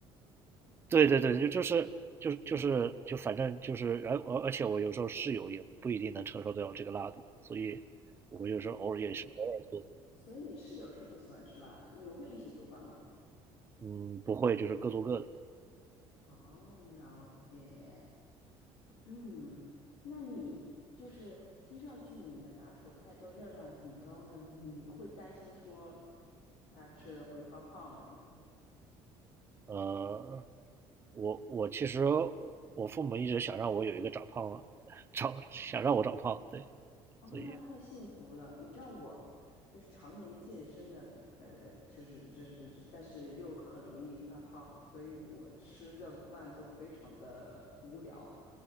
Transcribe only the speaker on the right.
对对对，就就是就是就是就反正就是，而而而且我有时候室友也不一定能承受得了这个辣度，所以我有时候偶尔也是偶尔做，
嗯，不会就是各做各的。
呃，我我其实我父母一直想让我有一个长胖，<laughs> 长想让我长胖，对，
所以